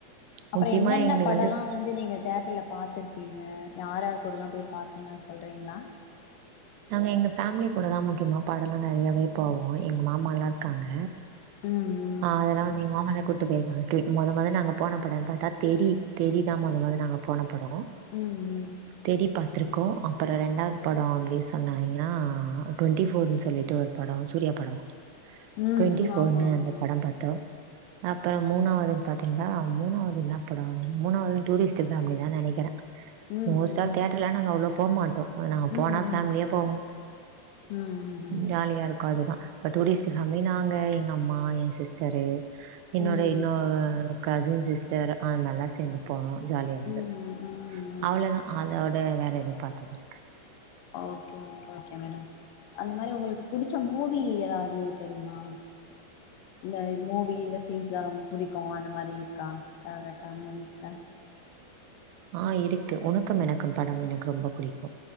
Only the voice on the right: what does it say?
முக்கியமா
எங்களுக்கு
நாங்க எங்க ஃபேமிலி கூட தா முக்கியமா படலா நெறையாவே போவோ எங்க மாமால்லா இருக்காங்க
ஆ அதல்லா வந்து எங் மாமா தா கூ ட்டு போயிருக்காங்க மொத மொத நாங்க போனப்படம் பாத்தா தெறி தெறிதா மொத மொத நாங்க போனப்படோ
தெறி பாத்ருக்கோ அப்பற ரெண்டாவது படோ அப்டி சொன்னாங்னா டுவெண்டி ஃபோர்ன்
சொல்லிட்டு ஒரு படோ சூர்யா படோ
டுவெண்டி
ஃ போர்னு
அந்த படம் பா த்தோ அப்புற
மூணாவது பாத்தீங்கன்னா மூணாவுது என்னாப்படோ மூணாவ்து டூரிஸ்ட் டு ஃபேமிலி தா நெனைக்கிறே
மோஸ்ட்டா
தேட்டர்லா நாங்க அவ்ளோ போ மாட்டோ ஏனா போனா
ஃபேமிலியா போவோ
ஜாலியா இரு க்கு அதுதா இப்ப டூரிஸ்ட்டு ஃபேமிலி நாங்க எங்கம்மா எ சிஸ்டரு என்னோட
இன்னொரு கசின் சிஸ்டர் அவுகல்லா சேந்து போவோ ஜாலியா இருந்தது
அவ்ளதா அதோட வேற எது பாத்ததில்ல
ஆ இருக்கு உனக்கும் எனக்கும் படம் எனக்கு ரொம்ப புடிக்கு